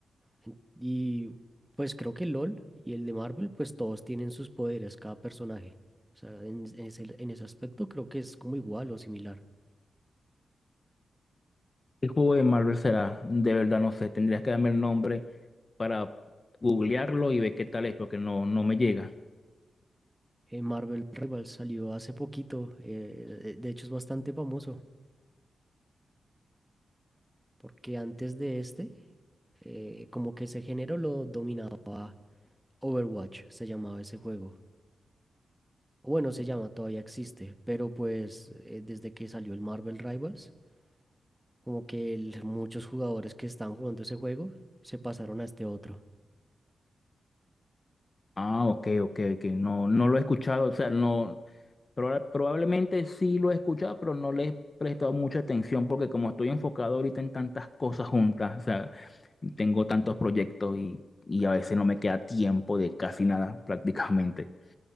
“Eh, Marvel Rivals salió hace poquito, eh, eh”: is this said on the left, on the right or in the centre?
Centre